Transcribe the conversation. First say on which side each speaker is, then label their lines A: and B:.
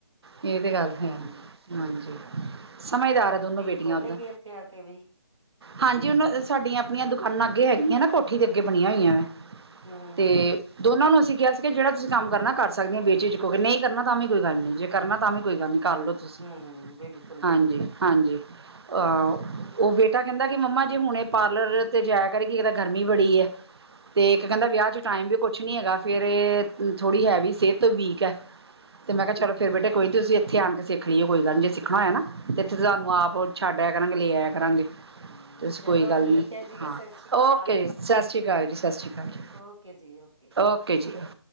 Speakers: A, on the right; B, on the right.
A: ਇਹ ਤੇ ਗੱਲ
B: ਹੂੰ
A: ਹੈ, ਹਾਂਜੀ। ਸਮਝਦਾਰ
B: ਫਿਰ
A: ਹੈ ਦੋਨੋ
B: ਬੁਟੀਕ
A: ਬੇਟੀਆਂ
B: ਖੋਲੇਗੀ,
A: ਓਦਾਂ
B: ਇੱਥੇ ਆ ਕੇ ਵੀ।
A: ਹਾਂਜੀ, ਹੁਣ ਸਾਡੀਆਂ ਆਪਣੀਆਂ ਦੁਕਾਨਾਂ ਅੱਗੇ ਹੈਗੀਆਂ ਨਾ ਕੋਠੀ ਦੇ ਅੱਗੇ ਬਣੀਆਂ ਹੋਈਆਂ ਵਾਂ।
B: ਹੂੰ
A: ਤੇ ਦੋਨਾਂ ਨੂੰ ਅਸੀਂ- ਕਿਹਾ ਸੀਗਾ ਜਿਹੜਾ ਤੁਸੀਂ ਕੰਮ ਕਰਨਾ ਕਰ ਸਕਦੀਆ ਹੋ, ਬੇਝਿਜਕ ਹੋ ਕੇ। ਜੇ ਨਹੀਂ - ਕਰਨਾ ਤਾਂ ਵੀ ਕੋਈ ਗੱਲ ਨਹੀਂ, ਜੇ ਕਰਨਾ ਤਾਂ ਵੀ ਕੋਈ ਗੱਲ ਨੀ। ਕਰ ਲਓ ਤੁਸੀਂ,
B: ਹੂੰ ਬਿਲਕੁਲ
A: ਹਾਂਜੀ-ਹਾਂਜੀ,
B: ਬਿਲਕੁਲ
A: ਆ ਹੋ। ਉਹ ਬੇਟਾ ਕਹਿੰਦਾ ਕਿ ਮੰਮਾ ਜੇ ਹੁਣ ਇਹ ਪਾਰਲਰ 'ਤੇ ਜਾਇਆ ਕਰੇਗੀ। ਇੱਕ ਤਾਂ ਗਰਮੀ ਬੜੀ ਹੈ, ਅਤੇ ਇੱਕ ਕਹਿੰਦਾ ਵਿਆਹ 'ਚ ਟਾਈਮ ਵੀ ਕੁਛ ਨਹੀਂ ਹੈਗਾ, ਫਿਰ ਥੋੜ੍ਹੀ ਹੈ ਵੀ ਸਿਹਤ ਤੋਂ ਵੀਕ ਹੈ। ਤੇ ਮੈਂ ਕਿਹਾ ਚਲੋ
B: ਹੂੰ
A: ਫਿਰ ਬੇਟਾ ਕੋਈ ਨੀ, ਤੁਸੀਂ ਇੱਥੇ ਆਣ ਕੇ- ਸਿੱਖ ਲਈ ਏ, ਕੋਈ ਗੱਲੀ ਜੇ ਸਿੱਖਣਾ ਹੋਇਆ ਨਾ ਇੱਥੇ ਤੇ ਤੁਹਾਨੂੰ ਆਪ ਛੱਡਿਆ ਆਇਆ ਕਰਾਂਗੇ, ਲੈ ਆਇਆ ਕਰਾਂਗੇ।
B: ਹੂੰ ਚਲੋ
A: ਕੋਈ ਗੱਲ
B: ਠੀਕ
A: ਨੀ,
B: ਹੈ ਜੀ ਸਤਿ ਸ਼੍ਰੀ ਅਕਾਲ
A: ਓਕੇ ਜੀ। ਸਤਿ ਸ਼੍ਰੀ ਅਕਾਲ ਜੀ। ਸਤਿ ਸ਼੍ਰੀ ਅਕਾਲ ਜੀ।
B: ਓਕੇ ਜੀ ਓਕੇ
A: ਓਕੇ ਜੀ।